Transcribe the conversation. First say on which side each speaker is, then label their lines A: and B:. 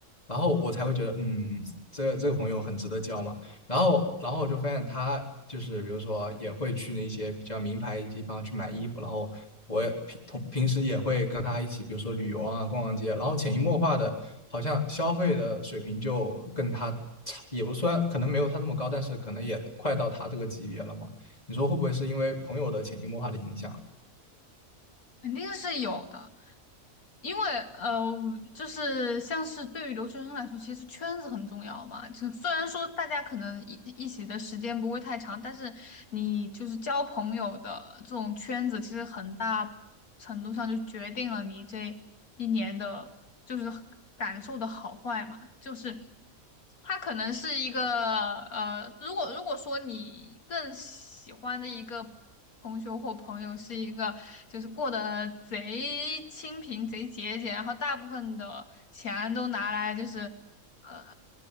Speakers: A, on the left; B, on the left.
A: 然后我才会觉得，嗯，这个这个朋友很值得交嘛。然后，然后我就发现他就是比如说也会去那些比较名牌地方去买衣服，然后我也平同平时也会跟他一起，比如说旅游啊、逛逛街，然后潜移默化的，好像消费的水平就跟他差，也不算，可能没有他这么高，但是可能也快到他这个级别了嘛。你说会不会是因为朋友的潜移默化的影响？
B: 肯定是有的。因为呃，就是像是对于留学生来说，其实圈子很重要嘛。就虽然说大家可能一一起的时间不会太长，但是你就是交朋友的这种圈子，其实很大程度上就决定了你这一年的，就是感受的好坏嘛。就是他可能是一个呃，如果如果说你更喜欢的一个同学或朋友是一个就是过得贼清贫、贼节俭，然后大部分的钱都拿来就是呃，